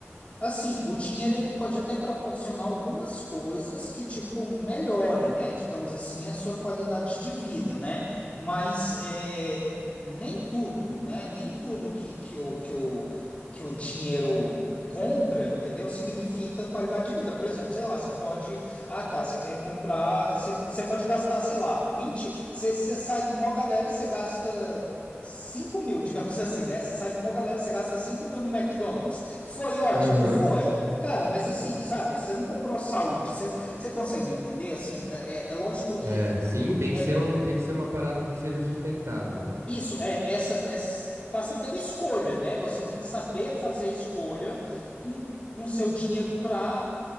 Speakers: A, on the left (about 30°); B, on the right (about 85°).
A: Assim, o dinheiro ele pode até proporcionar algumas coisas que, tipo, melhorem, né? Digamos assim, a sua qualidade de vida, né? Mas é, nem tudo, né? Nem tudo que, que o, que o, que o dinheiro compra, entendeu? Significa qualidade de vida. Por exemplo, sei lá, você pode. Ah, tá, você quer comprar. Você, você pode gastar, sei lá, vinte Você, você sai com uma galera, você gasta. 5 mil, <laughs> digamos assim, né? Você sai com uma galera, você gasta 5 mil no McDonald's. Foi ótimo,
B: Aham.
A: foi. Cara, mas assim, sabe, você não comprou saúde. Você, você consegue entender? Assim, é, é é lógico que.
B: É, sim, tem que
A: é
B: ser um, tem que ser uma parada que seja sustentável, né?
A: isso é essa, essa- passa pela escolha, né? Você tem que saber fazer a escolha com com seu dinheiro para